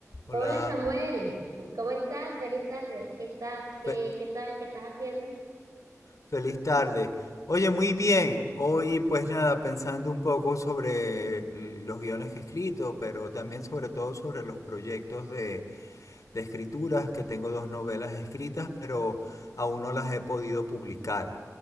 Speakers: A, on the left; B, on the right.
A: Hola,
B: Hola Samuel, ¿cómo estás? Feliz tarde. ¿Qué estás? ¿Qué,
A: Fe-
B: qué tal? ¿Qué estás haciendo?
A: feliz tarde. Oye, muy bien. Hoy pues nada, pensando un poco sobre los guiones que he escrito, pero también sobre todo sobre los proyectos de, de escrituras, que tengo dos novelas escritas, pero aún no las he podido publicar.